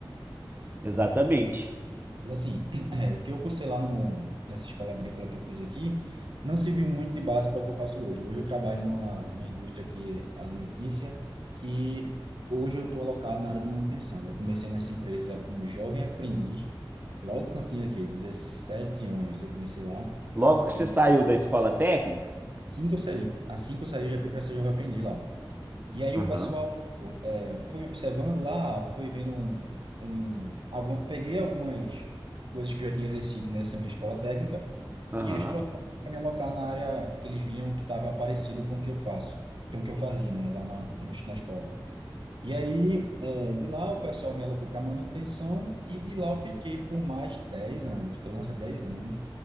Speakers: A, on the right; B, on the right.
A: exatamente.
B: Mas assim, <clears throat> é, o que eu cursei lá no, nessa escola agrícola que eu fiz aqui, não se viu muito de base para o que eu faço hoje. Hoje eu trabalho numa, numa indústria que é alimentícia, que hoje eu estou alocado na área de manutenção, né? Eu comecei nessa empresa como jovem aprendiz, logo quando eu tinha aqui 17 anos, eu comecei lá,
A: Logo que
B: e
A: você saiu da escola técnica,
B: assim que eu saí, assim que eu saí, eu já fui para ser jovem aprendiz lá. E aí
A: Aham,
B: o pessoal é, foi me observando lá, foi vendo um, um alguma, peguei algumas coisas que eu já tinha exercido nessa minha escola técnica
A: aham.
B: e eles trouxeram para me alocar na área que eles viam que estava parecido com o que eu faço, com o que eu fazia, né, lá na, no- na escola. E aí, é, de lá o pessoal me alocou para manutenção e de lá eu fiquei por mais de 10 anos. Estou lá há 10 anos